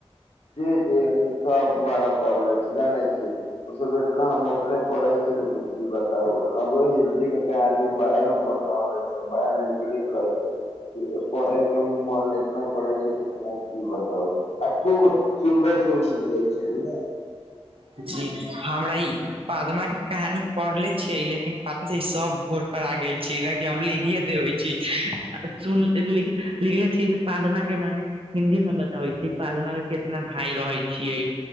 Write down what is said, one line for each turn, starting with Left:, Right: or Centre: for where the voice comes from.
Left: जी-जी हम सब बड़ा पढ़ला छी, जानै छी। उ सब इतना हम अपने पढ़ै छी नै कि बताउ अब हिन्दी के कहानी बड़ा नु <unintelligible> छै, बड़ा नीक-नीक रहै छै। कि पढ़े के मन एतना करै छै कि ना की बताउ। आ खूब सुन्दर-सुन्दर रहै छै ना।
Right: जी हमरा ई पदमा के कहानी पढ़ले छियै लेकिन पता छै ई सब भोर पड़ा गेल छीयै नै कि हम लिखिए देबे छी आ सून, लिख लिखने छीयै की पदमा के मने हिन्दी मे बताबै छी, पादमा के केतना भाय रहै छियै,